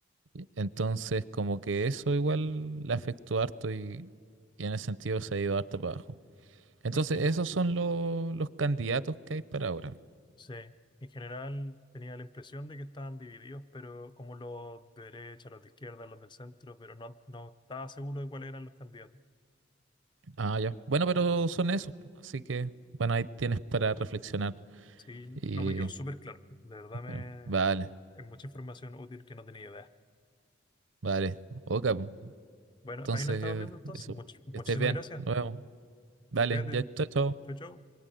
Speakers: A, on the right; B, on the left.
A: Y Entonces, como que eso igual le afectó harto y, y en ese sentido se ha ido harto para abajo. Entonces,
B: En, gen-
A: esos son lo- los candidatos que hay para ahora.
B: Sí, en general tenía la impresión de que estaban divididos, pero como los de derecha, los de izquierda, los del centro, pero no, no estaba seguro de cuáles eran los candidatos.
A: Ah, ya. Bueno, pero son esos, pues, así que, bueno, ahí tienes para reflexionar.
B: Sí,
A: Y,
B: no me quedó
A: y-
B: súper claro. De verdad me...
A: pero- vale,
B: Es mucha información útil que no tenía idea.
A: vale. Ok, pues,
B: Bueno,
A: entonces,
B: ahí nos estamos viendo entonces.
A: eso.
B: Much- muchísimas
A: Que estés bien.
B: gracias.
A: Nos vemos. Vale,
B: Cuídate.
A: ya, chao, chao.
B: Chau, chau.